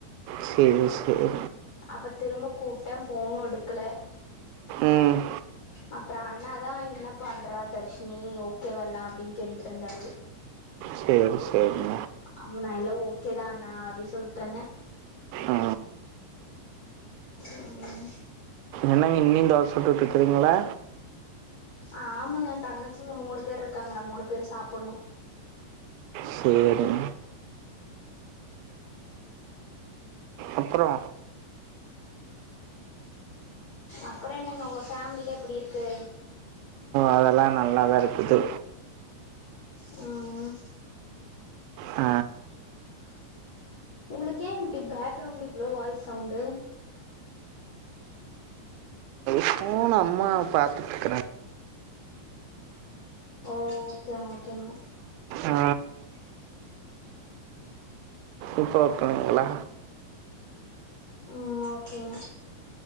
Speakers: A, on the right (about 85°); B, on the left (about 60°).
A: செரி செரி
B: அப்ப திரும்ப கூப்டே ஃபோனு எடுக்ல
A: ம்
B: அப்றோ அண்ணாதா என்ன பண்ற தர்ஷினி ஓகேவா எல்லா அப்டினு கேட்டுட்டு இருந்தாரு
A: சேரி சேரி
B: ஆமணா எல்லா ஓகேதாண்ணா அப்டி சொல்ட்ருந்தே
A: ஆ
B: ம்
A: என்னங்க இன்னிங் தோச சுட்டுட்டு இருக்கறீங்களா
B: ஆமாங்க தங்கச்சிங்க மூனு பேரு இருக்காங்ளா மூனு பேரு சாப்புட்னு
A: சேரிங் அப்றோ
B: அப்றோ என்னங்க ஒங்க ஃபேமிலிலா எப்டி இருக்கு
A: அதெல்லா நல்லா தா இருக்குது
B: ம்
A: ஆ
B: ஒங்ளுக்கு ஏ இப்டி பேக்ரவுண்ட் இவ்ளோ வாய் சவுண்டு
A: ஃபோன் அம்மா பாத்துட்ருக்கறே
B: ஓகேங்க ஓகேங்க
A: ஆ இப்ப வப்பாங்களா
B: ம் ஓகேங்க